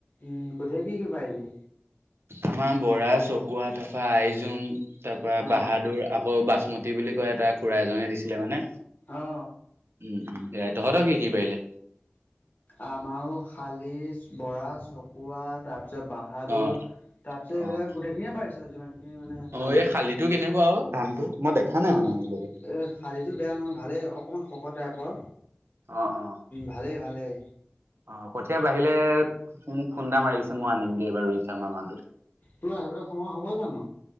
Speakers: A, on the left; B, on the right.
A: উম কঠিয়া কি কি পাৰিলি?
B: আমাৰ বৰা চকুৱা, থাপা, আইজোং তাৰ পৰা
A: অ
B: বাহাদুৰ আকৌ বাচমতি বুলি কয় এটা খুৰা এজনে দিছিলে মানে
A: অ
B: উম উম তহঁতৰ কি কি পাৰিলে?
A: আমাৰো শালি, বৰা, চকুৱা তাত তাৰ পিছত বাহাদুৰ
B: অ',
A: তাৰ পিছত এইবিলাক
B: অ',
A: গোটেইখিনিয়ে পাৰিছো যিমান খিনি মানে
B: অ',
A: লাগে।
B: এই শালিটো কেনেকুৱা আৰু ধানটো? মই দেখা নাই
A: উম
B: মানে আজিলৈকে।
A: এ শালিতটো বেয়া নহয় ভালে অকণমান শকত টাইপৰ
B: অ', অ',
A: ভালেই ভালেই
B: অ কঠীয়া বাঢ়িলে মোক ফোনটা মাৰিবি মই আনিমগে এবাৰ ৰুইছা আমাৰ
A: তোৰ আহিবলৈ সময় হ'ব জানো?